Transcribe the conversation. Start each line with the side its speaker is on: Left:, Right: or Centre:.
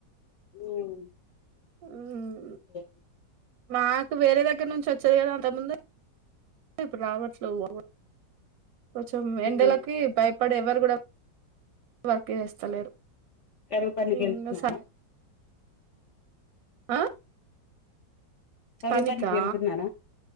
Left: ఉమ్
Right: ఉహు
Left: ఏ
Right: మాకు వేరే దగ్గర నుంచి వచ్చేది కదా అంతక ముందు ఇప్పుడు రావట్లేద్ ఓ ఓ కొంచెం ఎండలకి
Left: ఉమ్
Right: బై అప్పుడు ఎవ్వరు కూడా వర్క్ చేస్తలేరు
Left: కరూపనికి
Right: ఇంకా
Left: వెళ్తున్నారా
Right: స ఆ
Left: కారూవపానికి
Right: పనికా
Left: వెళ్తున్నారా